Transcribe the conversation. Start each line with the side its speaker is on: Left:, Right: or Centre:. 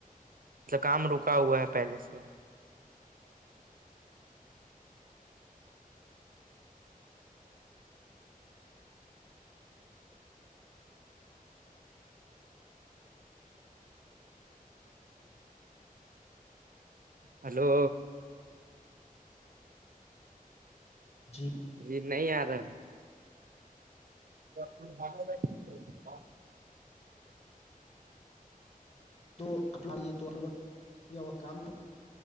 Right: مطلب کام رکا ہوا ہے پہلے سے ہلو
Left: جی
Right: جی نہیں آ رہا ہے گا <unintelligible>
Left: تو اپنا یہ تووں کا ہو کام تو